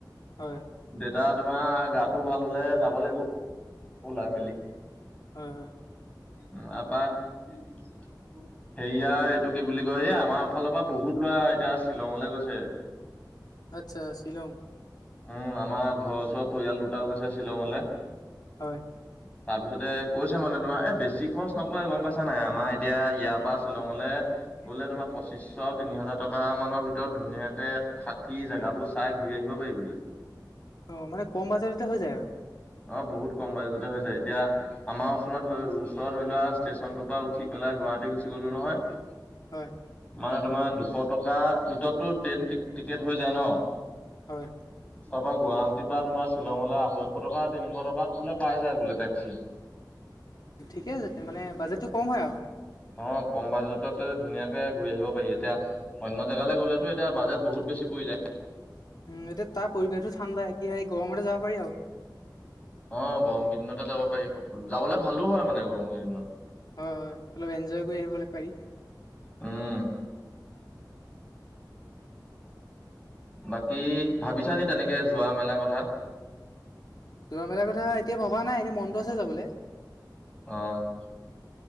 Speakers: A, on the left; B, on the left.
A: হয়।
B: দেউতা তোমাৰ গাটো ভাল হলে যাব লাগিব ওলাই মেলি।
A: হয় হয়।
B: উম আপাৰ হেৰিয়াৰ এইটো কি বুলি কয় এই আমাৰ ফালৰ পৰা বহুত ল'ৰা এতিয়া শ্বিলঙলৈ গৈছে।
A: আচ্ছা শ্বিলং।
B: উম আমাৰ ঘৰ ওচৰৰ পৰিয়াল দুটাও গৈছে শ্বিলঙলে।
A: হয়।
B: <inaudible> তাৰপিছতে কৈছে মানে তোমাৰ এ বেছি খৰচ নপৰে গম পাইছা নাই আমাৰ এতিয়া ইয়াৰ পৰা শ্বিলঙলে বোলে তোমাৰ পঁচিশ আৰু তিনি হাজাৰ টকা মানৰ ভিতৰত ধুনীয়াকে থাকি জাগাবোৰ চাই ঘূৰি আহিব পাৰি বোলে।
A: অ মানে কম বাজেটতে হৈ যায় আৰু।
B: অ বহুত কম বাজেটতে হৈ যায় এতিয়া আমাৰ ওচৰত ধৰি ওচৰত ধৰি লোৱা ষ্টেচনটোৰ পৰা উঠি পেলাই গুৱাহাটী গুচি গলো নহয়।
A: হয়
B: মানে তোমাৰ দুশ টকাৰ ভিতৰতো ট্ৰেইন টি টিকেট হৈ যায় ন?
A: হয়
B: তাৰপৰা গুৱাহাটীৰ পৰা তোমাৰ শ্বিলঙলৈ আঢ়ৈশ টকা তিনিশ টকাত বোলে পাই যায় বোলে টেক্সি। <inaudible>
A: ঠিকে আছে তেতিয়া মানে বাজেটতো কম হয় আও।
B: অ কম বাজেটতে ধুনীয়াকে ঘূৰি আহিব পাৰি এতিয়া অন্য জেগালে গ'লেতো এতিয়া বাজেট বহুত বেছি পৰি যায়।
A: উম এতিয়া তাৰ পৰিৱেশটো ঠাণ্ডা এতিয়া এই গৰমতে যাব পাৰি আৰু।
B: অ গৰম কেইদিনতে যাব পাৰি যাবলে ভালো হয় মানে গৰমকেইদিনত।
A: হয় হয় অলপ এনজয় কৰি আহিবলে পাৰি।
B: উম বাকী ভাবিছা নি তেনেকে যোৱা মেলা কথা
A: যোৱা মেলাৰ কথা এতিয়া ভবা নাই এনেই মনটো আছে যাবলৈ
B: অ